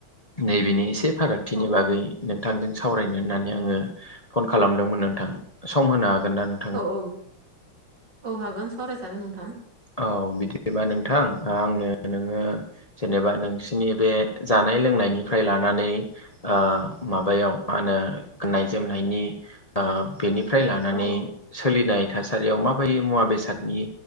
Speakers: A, on the left; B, on the right.
A: नैबेनि एसे फारागथिनि
B: औ
A: बागै नोंथांजों सावरायनो होननानै आङो फन खालामदोंमोन नोंथां सम होनो हागोन दा
B: औ औ औ हागोन सावरायजागोन नोंथां
A: औ बिदिबा नोंथां आंनो नोङो जेनेबा नोंसिनि बे जानाय लोंनायनिफ्राय लानानै ओ माबायाव मा होनो गाननाय जोमनायनि ओ बेनिफ्राय लानानै
B: औ औ
A: सोलिनाय थासारियाव माबाय <unintelligible> मुवा बेसादनि